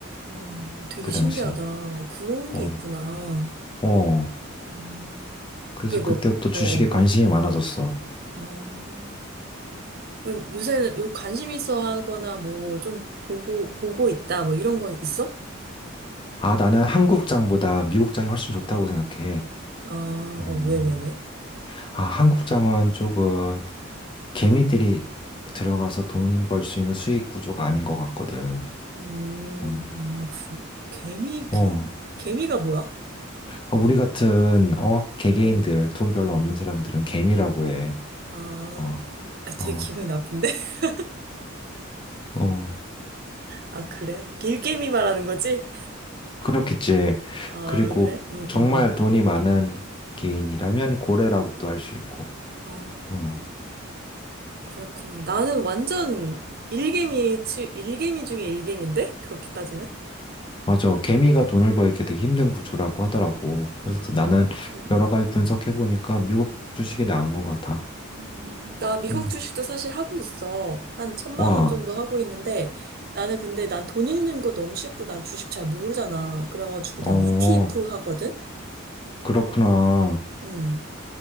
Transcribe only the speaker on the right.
와, 되게
신기하다.
어, 그런 게
있구나.
음,
그게 뭐,
어, 어,
아. 그럼 요새는 관심 있어 하거나 뭐, 좀 보고, 보고 있다, 뭐 이런 건 있어?
아, 어,
왜, 왜, 왜?
음,
음, 그래? 개미, 개,
개미가 뭐야?
어.
아,
아, 되게
기분이 나쁜데? <laughs>
아, 그래? 일개미 말하는 거지?
아,
그래? 음,
음, 음.
아,
그렇구나. 나는 완전 일개미, 치- 일개미 중에 일개미인데? 그렇게 따지면?
아,
어, 그래?
음,
음.
음, 나 미국
주식도 사실 하고 있어. 한 천만
원 정도 하고 있는데, 나는 근데 난 돈 잃는 거 너무 싫고 난 주식 잘 모르잖아. 그래가지고 난
ETF 하거든?
음.